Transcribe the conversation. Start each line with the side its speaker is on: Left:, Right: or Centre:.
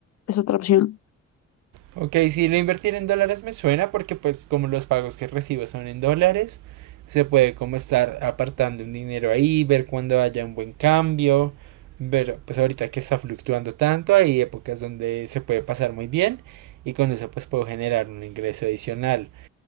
Left: Es otra opción.
Right: Ok, si lo invertir en dólares me suena porque pues como los pagos que recibo son en dólares, se puede como estar apartando un dinero ahí, ver cuando haya un buen cambio, ver pues ahorita que está fluctuando tanto, hay épocas donde se puede pasar muy bien y con eso pues puedo generar un ingreso adicional.